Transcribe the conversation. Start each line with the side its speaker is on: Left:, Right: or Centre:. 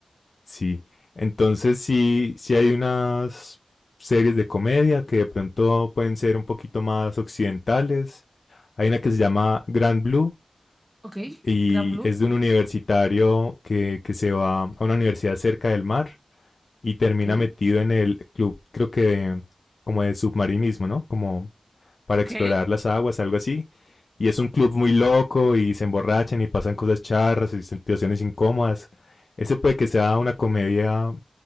Left: Sí, entonces sí, sí hay unas series de comedia que de pronto pueden ser un poquito más occidentales. Hay una que se llama Grand Blue
Right: Ok,
Left: y
Right: Gran Blue,
Left: es de un universitario que, que se va a una universidad cerca del mar y termina
Right: ok,
Left: metido en el club, creo que de- como de submarinismo, ¿no? Como para
Right: ok.
Left: explorar las aguas, algo así. Y es un club muy loco y se emborrachan y pasan cosas charras y situaciones incómodas. Ese puede que sea una comedia